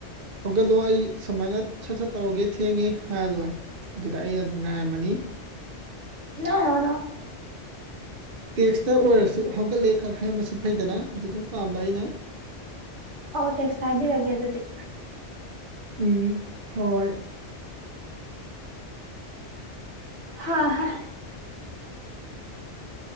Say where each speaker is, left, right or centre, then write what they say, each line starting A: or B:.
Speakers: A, on the right; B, on the right.
A: ꯍꯧꯒꯠꯂꯣ ꯑꯩ ꯁꯨꯃꯥꯏꯅ ꯁꯠ ꯁꯠ ꯇꯧꯔꯨꯒꯦ ꯊꯦꯡꯉꯦ ꯍꯥꯏꯜ ꯂꯣꯏꯔꯦ ꯑꯗꯨꯗ ꯑꯩ ꯑꯗꯨꯝ ꯉꯥꯏꯔꯝꯃꯅꯤ
B: ꯅ
A: ꯇꯦꯛꯁꯇ ꯑꯣꯏꯔꯁꯨ ꯍꯧꯒꯠꯂꯦ ꯈꯛ ꯍꯥꯏꯔꯝꯃꯁꯨ ꯐꯩꯗꯅ ꯑꯗꯨꯗꯣ ꯄꯥꯝꯕ ꯑꯩꯅ
B: ꯑꯧ ꯇꯦꯛꯁ ꯍꯥꯏꯕꯤꯔꯒꯦ ꯑꯗꯨꯗꯤ
A: ꯎꯝ ꯍꯣꯏ
B: ꯍꯥ ꯍꯥ